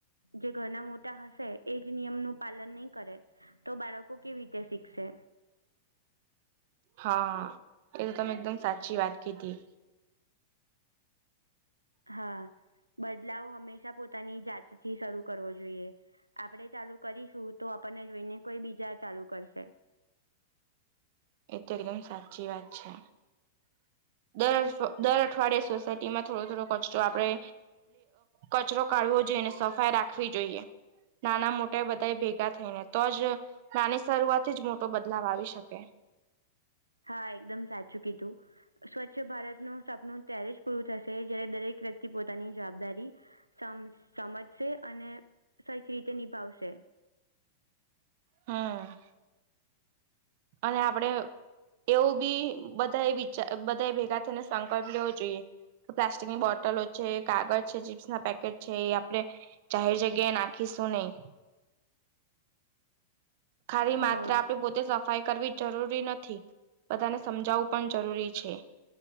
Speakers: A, on the right (about 85°); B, on the right (about 50°).
A: જે ઘરના મોટા હશે એજ નિયમનું પાલન નહી કરે તો બાળકો કેવી રીતે શીખશે
B: હા એ તો તમે એકદમ સાચી વાત કીધી
A: હા બદલાવ હંમેશા પોતાની જાતથી શરૂ કરવો જોઈએ. આપણે ચાલુ કરીશું તો આપણને જોઈને કોઈ બીજા ચાલુ કરશે.
B: એ તો એકદમ સાચી વાત છે. દર દર અઠવાડયે સોસાયટી માં થોડો થોડો કચરો આપણે કચરો કાઢવો જોઈએને સફાઈ રાખવી જોઈએ. નાના મોટા બધા ભેગા થઈને તો જ નાની શરૂઆતથી જ મોટો બદલાવ આવી શકે.
A: હા એકદમ સાચું કીધું સ્વચ્છ ભારતનું સપનું ત્યારે જ પૂરું થશે જય્યારે દરેક વ્યક્તિ પોતાની જવાબદારી સમ સમજશે અને સરખી રીતે નિભાવશે
B: હમ્મ અને આપડે એવું બી બધાએ વિચાર બધાએ ભેગા થઈને સંકલ્પ લેવો જોઈએ પ્લાસ્ટિકની બોટલો છે કાગજ છે ચીપ્સ ના પેકેટ છે એ આપણે જાહેર જગ્યાએ નાખી શું નહી. ખાલી
A: હા
B: માત્ર આપડે તે સફાઈ કરવી જરૂરી નથી બધાને સમજાવવું પણ જરૂરી છે.